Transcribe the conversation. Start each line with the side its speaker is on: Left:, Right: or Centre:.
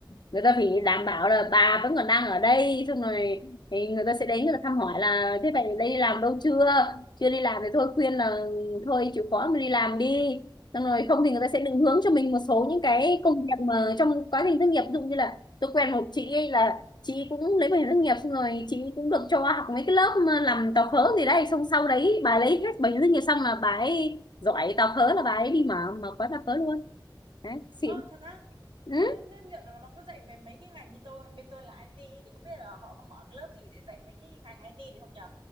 Left: người ta phải đảm bảo là bà vẫn còn đang ở đây xong rồi thì người ta sẽ đến người ta thăm hỏi là thế vậy đây đi làm đâu chưa chưa đi làm thì thôi khuyên là thôi chịu khó mà đi làm đi xong rồi không thì người ta sẽ định hướng cho mình một số những cái công việc mà trong quá trình thất nghiệp ví dụ như là tôi quen một chị ấy là chị cũng lấy bảo hiểm thất nghiệp xong rồi chị cũng được cho học mấy cái lớp mà làm tàu phớ gì đây xong sau đấy bà lấy hết bảo hiểm thất nghiệp xong là bà ấy giỏi tàu phớ là bà ấy đi mở mở quán tàu phớ luôn đấy xịn
Right: Ờ thật á.
Left: ừ
Right: Ờ thế, thế liệu nó nó có dạy về mấy cái ngành như tôi, bên tôi là IT thì không biết là họ có mở cái lớp gì để dạy mấy cái ngành IT thì không nhở